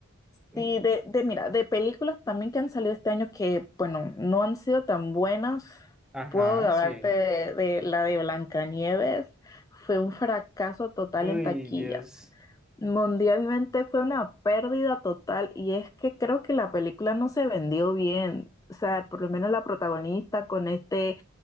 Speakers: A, in the centre; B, on the left.
A: mm,
B: Sí, de, de, mira, de películas también que han salido este año que, bueno, no han sido tan buenas.
A: Ajá,
B: Puedo hablarte
A: sí.
B: de, de la de Blancanieves. Fue un fracaso total
A: Uy,
B: en taquilla.
A: Dios.
B: Mundialmente fue una pérdida total y es que creo que la película no se vendió bien. O sea, por lo menos la protagonista con este